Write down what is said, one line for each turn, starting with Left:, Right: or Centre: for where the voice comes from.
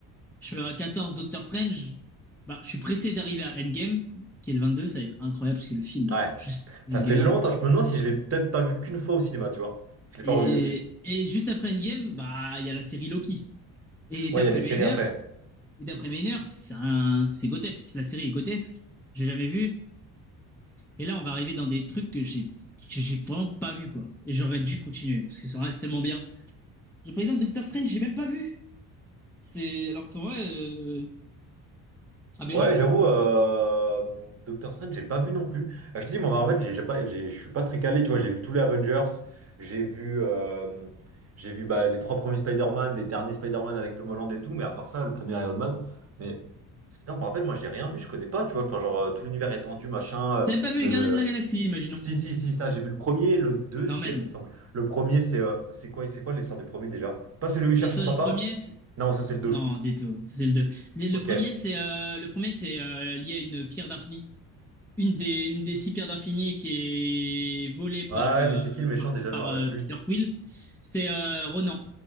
Centre: Je suis à 14, Doctor Strange. Bah, je suis pressé d'arriver à Endgame, qui est le 22. Ça va être incroyable parce que le film est
Right: Ouais.
Centre: juste
Right: Ça
Centre: banger.
Right: fait longtemps, je me demande si je l'ai peut-être pas vu qu'une fois au cinéma, tu vois. Je l'ai pas
Centre: Et,
Right: revu depuis.
Centre: et juste après Endgame, bah, il y a la série Loki. Et d'après
Right: Ouais, il y a les séries
Centre: Maynard,
Right: après.
Centre: et d'après Maynard, c'est un- c'est grotesque. La série est grotesque. J'ai jamais vu. Et là, on va arriver dans des trucs que j'ai que j'ai vraiment pas vu quoi. Et j'aurais dû continuer parce que ça reste tellement bien. Par exemple, Doctor Strange, j'ai même pas vu. C'est alors qu'en vrai, euh, aberrant.
Right: Ouais, j'avoue, euh... Doctor Strange, j'ai pas vu non plus. Euh, je te dis, moi, Marvel, j'ai j'ai pas, j'ai- je suis pas très calé, tu vois. J'ai vu tous les Avengers, j'ai vu, euh, j'ai vu bah, les trois premiers Spider-Man, les derniers Spider-Man avec Tom Holland et tout, mais à part ça, le premier Iron Man. Mais sinon, Marvel, moi, j'ai rien vu, je connais pas, tu vois. Enfin, genre, euh, tout l'univers étendu, machin. euh,
Centre: T'as même pas vu
Right: mais
Centre: les Gardiens
Right: le,
Centre: de la Galaxie, imaginons.
Right: Si, si, si, ça, j'ai vu le premier, le deuxième,
Centre: Quand même.
Right: il me semble. Le premier, c'est euh, c'est quoi, c'est quoi l'histoire du premier déjà? C'est pas celui où il
Centre: Le
Right: cherche
Centre: sort
Right: son papa?
Centre: du premier, c'est-
Right: Non, ça, c'est le deux
Centre: non, du tout. ça, C'est le deux. Mais Le
Right: Ok.
Centre: premier,
Right: Ouais,
Centre: c'est euh, le premier, c'est euh, lié à une pierre d'infini. Une des, une des six pierres d'infini qui est volée par,
Right: ouais,
Centre: euh,
Right: mais c'est qui le méchant
Centre: par,
Right: déjà, je
Centre: par,
Right: me rappelle
Centre: euh,
Right: plus.
Centre: Peter Quill, c'est euh, Ronan.